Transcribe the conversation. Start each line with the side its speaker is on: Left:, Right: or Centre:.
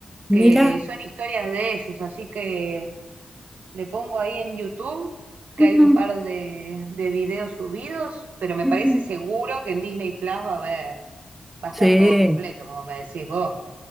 Centre: Mira.
Right: que son historias de ellos, así que le pongo ahí en YouTube que
Centre: Ujú,
Right: hay un par de, de videos subidos, pero me
Centre: ujú.
Right: parece seguro que en Disney Plus va a haber, va a
Centre: Sí.
Right: estar todo completo, como me decís vos.